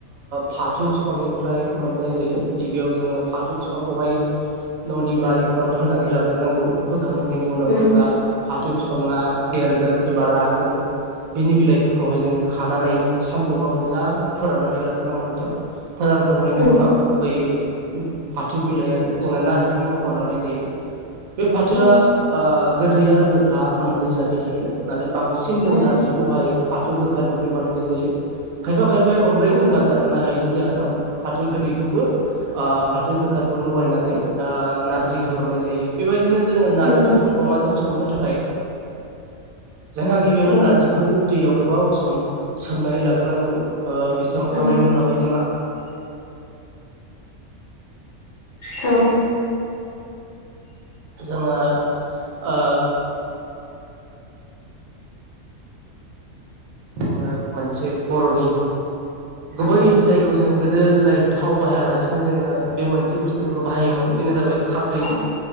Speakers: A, on the right (about 75°); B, on the left (about 50°).
A: फाथो बिफांनिफ्राय मोननाय जायो गिबियाव जोङो फाथो बिफांखौहाय न'नि बारिफोराव फोनानै लाग्रोनांगौ फोखाङो नि उनाव
B: उम
A: जेब्ला फाथो बिफाङा देरगोन एबा रागोन बिनि बिलाइ खौहाय जों खानानै सानदुंङा मोजां फोराननानै लाग्रोनांगौ नोंथां। फोरानखांनायनि
B: औ
A: उनाव बै फाथो बिलाइानो जोंना नारजिनि महर लानाय जायो। बे फाथोआ
B: औ
A: गोदै आरो गोखा मोननै जानि थायो नाथाय बांसिन जों
B: औ
A: नारजिखौहाय फाथो गोखानिफ्राय बानायनाय जायो खायफा खायफाया बांद्राय
B: औ
A: गोखा जानो हायैनि जाहोनाव फाथो गोदैखौबो फाथो गोखाजों लगायनानै नारजि खालामनाय जायो बेबायदिनो जोङो नारजिजों
B: नंगौ
A: अमाजों संनो थाखाय जोंहा गिबियावनो
B: औ
A: नारजिखौ दैयाव गोबाव सम सोमनानै लाग्रोनांगौ। बे सोमखांनायनि
B: औ
A: उनावहाय जोंहा
B: औ
A: जोङो ओ जोङो मोनसे बर'नि गुबै
B: औ
A: जायखौ जों दो गोदाय थाव बाहायालासिनो जोङो बे मोनसे बुस्थुखौल' बाहायोमोन बेनो जाबाय खारदै
B: औ